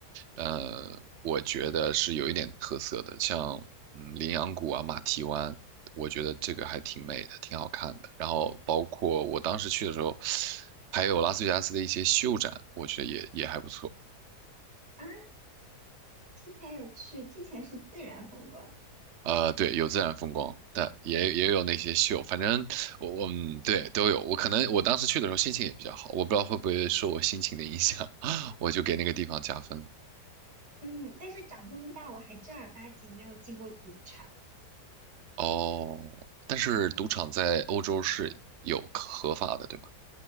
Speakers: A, on the right; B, on the right.
A: 呃，我觉得是有一点特色的，像嗯羚羊谷啊、马蹄湾，我觉得这个还挺美的，挺好看的。然后包括我当时去的时候，还有拉斯维加斯的一些秀展，我觉得也也还不错。
B: 啊，听起来有趣，听起来是自然风光。
A: 呃，对，有自然风光，但也也有那些秀，反正我我嗯对都有。我可能我当时去的时候心情也比较好，我不知道会不会受我心情的影响，<laughs> 我就给那个地方加分了。
B: 嗯，但是长这么大，我还正儿八经没有进过赌场。
A: 哦，但是赌场在欧洲是有合法的，对吧？